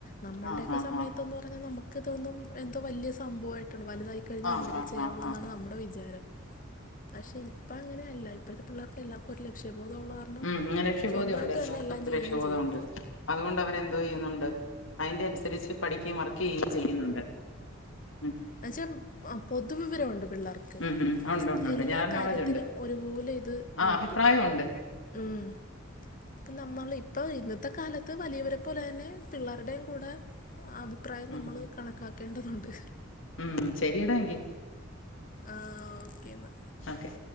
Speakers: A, on the left; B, on the left.
A: നമ്മളുടെ
B: ആ
A: ഒക്കെ
B: ആ
A: സമയത്ത്
B: ആ
A: നിന്ന് പറഞ്ഞാൽ നമുക്ക് തോന്നും എന്തോ വലിയ സംഭവമായിട്ടാണ് വലുതായി കഴിഞ്ഞ്
B: ആ
A: ഇങ്ങനൊക്കെ
B: ആ
A: ചെയ്യാവുള്ള
B: ആ ആ
A: എന്നാണ് നമ്മുടെ വിചാരം പക്ഷെ ഇപ്പൊ അങ്ങനെയല്ല ഇപ്പോഴത്തെ പിള്ളേർക്ക് എല്ലാവർക്കും ഒരു ലക്ഷ്യബോധമുള്ള കാരണം
B: ഉം ഇങ്ങനെ ലക്ഷബോധം
A: സ്വന്തമായിട്ട്
B: ഉണ്ട് എല്ലാവർക്കും
A: തന്നെ എല്ലാം
B: ഇപ്പ
A: ചെയ്യുകയും
B: ലക്ഷബോധം
A: ചെയ്യും
B: ഉണ്ട് അതുകൊണ്ട് അവരെന്തോ ചെയ്യുന്നുണ്ട് അതിന്റെ അനുസരിച്ച് പഠിക്കുകയും വർക്ക് ചെയ്യുകയും ചെയ്യുന്നുണ്ട് ഉം
A: എന്ന് വെച്ചാൽ പൊതുവിവരമുണ്ട് പിള്ളേർക്ക്
B: ഉം ഉം ഉണ്ട് ഉണ്ട് ഉണ്ട്
A: എല്ലാ
B: ജനറൽ
A: കാര്യത്തിലും
B: നോളജ് ഉണ്ട്
A: ഒരുപോലെ ഇത്
B: ആ
A: നോക്കും
B: അഭിപ്രായം ഉണ്ട്
A: ഉം ഉം നമ്മൾ ഇപ്പ ഇന്നത്തെ കാലത്ത് വലിയവരെ പോലെ തന്നെ പിള്ളേരുടെയും കൂടെ അഭിപ്രായം
B: ഉം
A: നമ്മൾ കണക്കാക്കേണ്ടതുണ്ട്
B: ഉം ശരിയടാ എങ്കിൽ
A: ആ ഓക്കെ എന്നാ
B: ഓക്കെ